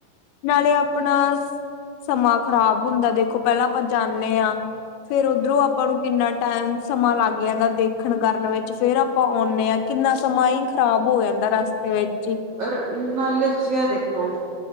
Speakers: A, on the left; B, on the right.
A: ਨਾਲੇ ਆਪਣਾ ਸਮਾਂ ਖ਼ਰਾਬ ਹੁੰਦਾ ਦੇਖੋ ਪਹਿਲਾਂ ਆਪਾਂ ਜਾਂਦੇ ਹਾਂ। ਫੇਰ ਉੱਧਰੋਂ ਆਪਾਂ ਨੂੰ ਕਿੰਨਾ ਟਾਈਮ ਸਮਾਂ ਲੱਗ ਜਾਂਦਾ ਦੇਖਣ ਕਰਨ ਵਿੱਚ ਫੇਰ ਅ। ਪਾ ਆਉਂਦੇ ਆ ਕਿੰਨਾ ਸਮਾਂ ਹੀ ਖ਼ਰਾਬ ਹੋ ਜਾਂਦਾ ਰਸਤੇ ਵਿੱਚ ਹੀ।
B: ਅ ਨਾਲੇ ਤੁਸੀਂ ਇਹ ਦੇਖੋ